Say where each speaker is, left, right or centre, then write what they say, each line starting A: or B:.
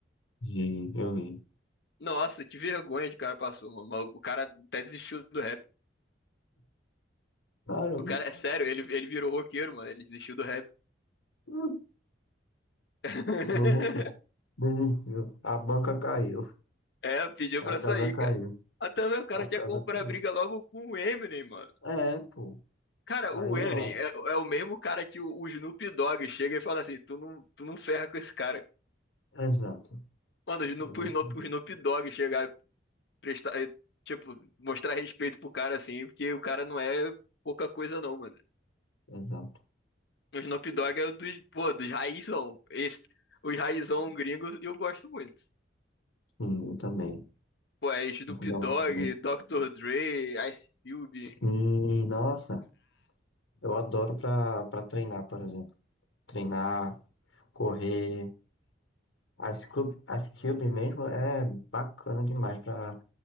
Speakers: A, on the left; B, on the left.
A: E eu vi.
B: Nossa, que vergonha de cara passou, mano. Mas O cara até desistiu do rap.
A: Caramba,
B: O cara, é sério, ele, ele virou roqueiro, mano. Ele desistiu do rap.
A: <laughs>
B: <laughs>
A: meu roupão desistiu. A banca caiu,
B: É, pediu pra
A: a
B: sair,
A: casa
B: cara.
A: caiu,
B: Ah, também o cara
A: a
B: quer
A: casa
B: comprar
A: caiu.
B: briga logo com o Eminem, mano.
A: É, pô,
B: Cara,
A: aí
B: o
A: é
B: Eminem
A: lá.
B: é, é o mesmo cara que o, o Snoop Dogg chega e fala assim: tu não, tu não ferra com esse cara.
A: Exato.
B: Mano, o Snoop,
A: Eu não
B: o Snoop
A: acredito.
B: o Snoop Dogg chegar e prestar, e, tipo, mostrar respeito pro cara assim, porque o cara não é pouca coisa, não, mano.
A: Exato.
B: O Snoop Dogg é o dos, pô, dos raizão. Esse, os raizão gringos eu gosto muito.
A: Sim, eu também.
B: Pô, é Snoop
A: Dog.
B: Dogg, Dr. Dre, Ice Cube.
A: Sim, nossa, eu adoro pra, pra treinar, por exemplo. Treinar, correr. As cube, as cube mesmo é bacana demais pra,